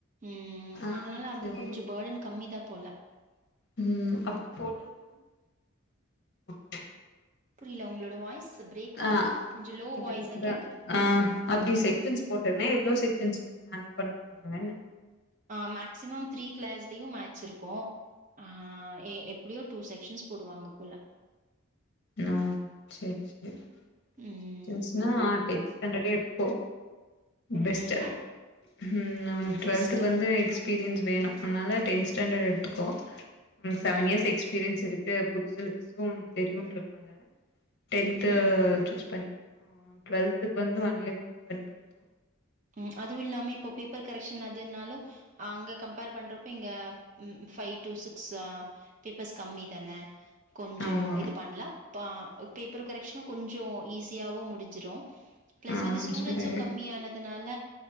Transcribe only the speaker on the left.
ஆ
சரி
ம் அப்டி போட்டாலும் <inaudible>
ஆ
இப்ப
கேக்குதா
ஆ அப்டி செக்சன்ஸ் போட்ருந்தே எவ்ளோ செக்சன் ஹேண்டில் பண்ணி போடுவாங்கன
ஆ செரி செரி டூ
செக்ஷன்ஸ்னா டென்த் ஸ்டாண்டர்டே எடுத்துக்கோ பெஸ்ட்
ம் உனக்கு
டுவெல்த்துக்கு வந்து எக்ஸ் எக்ஸ்பீரியன்ஸ் வேணும் அதனால டென் ஸ்டாண்டர்ட் எடுத்துக்கோ சவன்
இயர் எக்ஸ்பீரியன்ஸ் இருக் இது புது சிலபஸ் உனக்கு தெரியுன்றதுனால டென்த்
சூஸ் பண்ணிக்கோ டுவெல்த்க்கு வந்து ஒன் இயர் கேப் பண்ணி போய்டு
ஆமா
ஆ
செரி